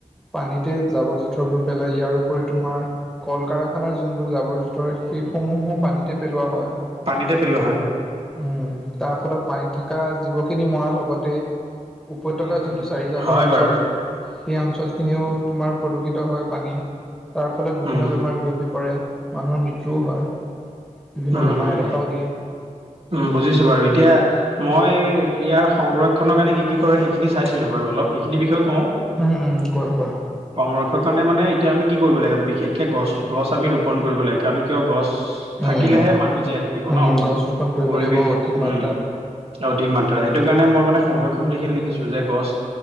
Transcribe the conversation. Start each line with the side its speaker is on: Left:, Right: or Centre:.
Centre: পানীতে জাবৰ জোথৰবোৰ পেলাই ইয়াৰ উপৰি তোমাৰ কল কাৰখানাৰ যোনবোৰ জাবৰ জোথৰ সেইসমূহো পানীতে পেলোৱা হয়।
Right: পানি পেলো
Centre: উম, তাৰ ফলত পানীত থকা জীৱ খিনি মৰাৰ লগতে উপত্যকাৰ
Right: উম
Centre: যোনটো
Right: উম
Centre: <unintelligible> ৰ কাষৰ
Right: হয়
Centre: অঞ্চল
Right: বাৰু
Centre: সেই অঞ্চলখিনিও তোমাৰ প্ৰদূষিত হয় পানী। তাৰ ফলত বিভিন্ন
Right: উম
Centre: বেমাৰ বিয়পি পৰে মানুহৰ মৃত্যুও হয়। বিভিন্ন
Right: উম,
Centre: বেমাৰে
Right: উম,
Centre: দেখাও দিয়ে
Right: উম, বুজিছো বাৰু এতিয়া মই ইয়াৰ সংৰক্ষনৰৰ কাৰণে কি কি কৰে সেইখিনি চাইছিলো বাৰু অলপ। সেইখিনি বিষয়ে কওঁ।
Centre: উম, উম, কোৱা, কোৱা,
Right: সংৰক্ষৰ কাৰণে মানে এতিয়া আমি কি কৰিব লাগে বিশেষকে গছ গছ আমি ৰোপন কৰিব লাগে কাৰণ কিয় গছ থাকিলেহে
Centre: উম।
Right: মানুহ জীয়াই থাকিব
Centre: উম,
Right: ন
Centre: গছ ৰোপন কৰিব
Right: পৰিৱেশ
Centre: লাগিব অধিক
Right: উম।
Centre: মাত্ৰাত,
Right: অধিক মাত্ৰা সেইটো কাৰণে মই মানে সংৰক্ষণ সেইখিনি লিখিছো যে গছ